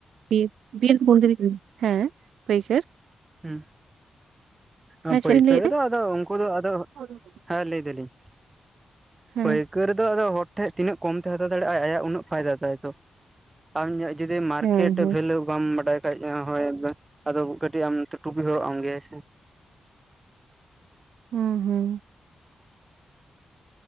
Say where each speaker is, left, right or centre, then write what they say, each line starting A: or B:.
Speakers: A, on the right; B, on the right.
A: ᱵᱤᱨ ᱵᱤᱨ ᱠᱩᱸᱫᱽᱨᱤ <unintelligible> ᱦᱮᱸ ᱯᱟᱹᱭᱠᱟᱹᱨ
B: <unintelligible> ᱟ
A: ᱦᱮᱸ
B: ᱯᱟᱹᱭᱠᱟᱹᱨ
A: ᱪᱮᱫ ᱵᱤᱱ ᱞᱟᱹᱭᱮᱫ
B: ᱫᱚ ᱟᱫᱚ ᱩᱱᱠᱩ ᱫᱚ ᱟᱫᱚ
A: ᱛᱟᱦᱮᱸ
B: ᱦᱮᱸ ᱞᱟᱹᱭ ᱫᱟᱹᱞᱤᱧ
A: ᱦᱮᱸ
B: ᱯᱟᱹᱭ ᱠᱟᱹᱨ ᱫᱚ ᱟᱫᱚ ᱦᱚᱸᱲ ᱴᱷᱮᱡ ᱛᱤᱱᱟᱹᱜ ᱠᱚᱢ ᱛᱮ ᱦᱟᱛᱟᱣ ᱫᱟᱲᱮᱭᱟᱜ-ᱟ ᱟᱭᱟᱜ ᱩᱱᱟᱹᱜ ᱯᱷᱟᱭᱫᱟ ᱛᱟᱭ ᱛᱚ᱾ ᱟᱢᱟᱜ ᱡᱩᱫᱤ ᱢᱟᱨᱠᱮᱴ
A: ᱦᱮᱸ ᱦᱮᱸ
B: ᱵᱷᱮᱞᱩ ᱵᱟᱢ ᱵᱟᱰᱟᱭ ᱠᱷᱟᱡ ᱦᱚᱸ-ᱚᱭ ᱟᱫᱚ ᱠᱟᱹᱴᱤᱡ ᱟᱢ ᱴᱩᱯᱤ ᱦᱚᱨᱚᱜ ᱟᱢ ᱜᱮᱭᱟᱭ ᱥᱮ᱾
A: ᱦᱩᱸ ᱦᱩᱸ᱾